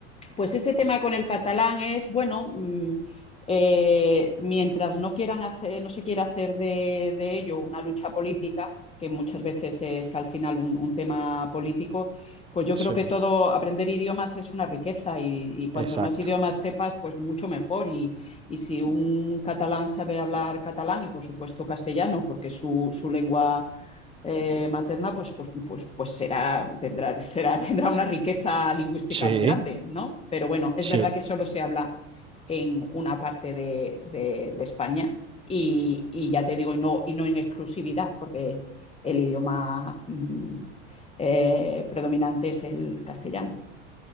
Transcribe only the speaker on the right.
Sí,
exacto.
Sí,
sí.